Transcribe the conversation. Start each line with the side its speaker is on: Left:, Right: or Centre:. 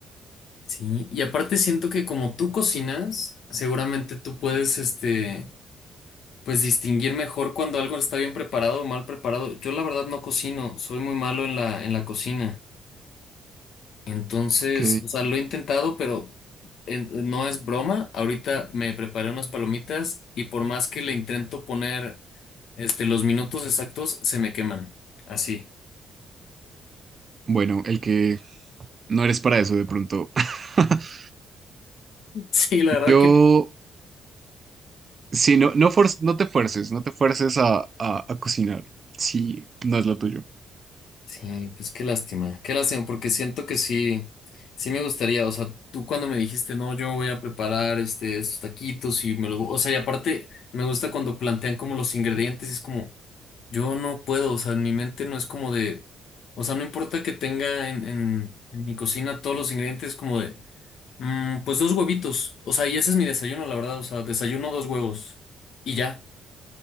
Left: Sí, y aparte siento que como tú cocinas, seguramente tú puedes, este, pues distinguir mejor cuando algo está bien preparado o mal preparado. Yo la verdad no cocino, soy muy malo en la, en la cocina. Entonces,
Right: Ok,
Left: o sea, lo he intentado, pero eh, no es broma. Ahorita me preparé unas palomitas y por más que le intento poner este, los minutos exactos, se me queman. Así. <laughs>
Right: bueno, el que no eres para eso de pronto. <laughs>
Left: Sí, la verdad
Right: Yo,
Left: que
Right: si no, no, fuer- no te fuerces, no te fuerces a, a, a cocinar, si no es lo tuyo.
Left: Sí, pues qué lástima, qué lástima, porque siento que sí, sí me gustaría, o sea, tú cuando me dijiste, no, yo voy a preparar este, estos taquitos y me los, o sea, y aparte me gusta cuando plantean como los ingredientes, y es como, yo no puedo, o sea, en mi mente no es como de, o sea, no importa que tenga en, en, en mi cocina todos los ingredientes, como de, mm, pues dos huevitos, o sea, y ese es mi desayuno, la verdad, o sea, desayuno dos huevos y ya.